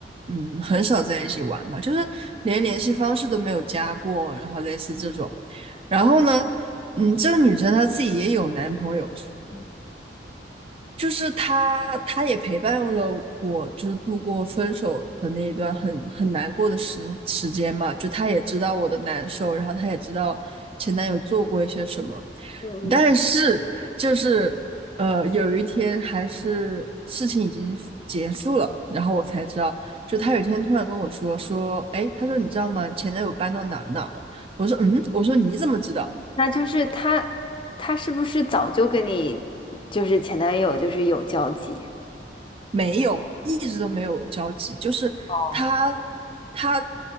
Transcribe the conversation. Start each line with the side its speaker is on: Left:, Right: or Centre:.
Right: 嗯很少在一起玩嘛，就是连联系方式都没有加过，然后类似这种。然后呢，嗯，这个女生她自己也有男朋友，
Left: 嗯
Right: 就是她她也陪伴了我，就是度过分手的那一段很很难过的时时间嘛，就她也知道我的难受，然后她也知道前男友做过一些什么。
Left: 嗯，
Right: 但是就是呃，有一天还是事情已经结束了，然后我才知道，就他有一天突然跟我说说，哎，他说你知道吗？前男友搬到哪儿哪儿了？我说嗯，我说你怎么知道？
Left: 那就是他他是不是早就跟你就是前男友就是有交集？
Right: 没有，一直都没有交集。就是他，
Left: 哦，
Right: 他